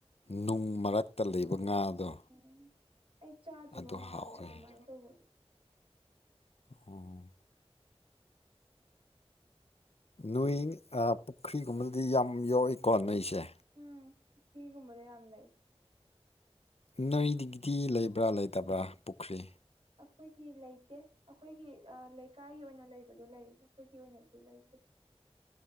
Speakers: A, on the left; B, on the right.
A: ꯅꯨꯡ ꯃꯔꯛꯇ ꯂꯩꯕ ꯉꯥꯗꯣ
B: ꯎꯝ ꯑꯩ ꯆꯥꯗ꯭ꯔꯤꯕ
A: ꯑꯗꯨ
B: ꯃꯥꯜꯂꯦ
A: ꯍꯥꯎꯋꯦ
B: ꯑꯗꯨꯃꯥꯏꯟ
A: ꯍꯥꯏ꯫
B: ꯇꯧꯕꯗꯤ
A: ꯑꯣ ꯅꯣꯏ ꯑ ꯄꯨꯈ꯭ꯔꯤꯒꯨꯝꯕꯗꯤ ꯌꯥꯝ ꯌꯣꯛꯏꯀꯣ ꯅꯣꯏꯁꯦ
B: ꯎꯝ ꯄꯨꯈꯤꯒꯨꯝꯕꯗ ꯌꯥꯝ ꯂꯩ
A: ꯅꯣꯏꯗꯒꯤꯗꯤ ꯂꯩꯕ꯭ꯔꯥ ꯂꯩꯇꯕ꯭ꯔꯥ ꯄꯨꯈ꯭ꯔꯤ
B: ꯑꯈꯣꯏꯒꯤ ꯂꯩꯇꯦ ꯑꯈꯣꯏꯒꯤ ꯑ ꯂꯩꯀꯥꯏꯒꯤ ꯑꯣꯏꯅ ꯂꯩꯕꯗꯣ ꯂꯩꯌꯦ ꯑꯩꯈꯣꯏꯒꯤ ꯑꯣꯏꯅ ꯗꯤ ꯂꯩꯥꯇꯦ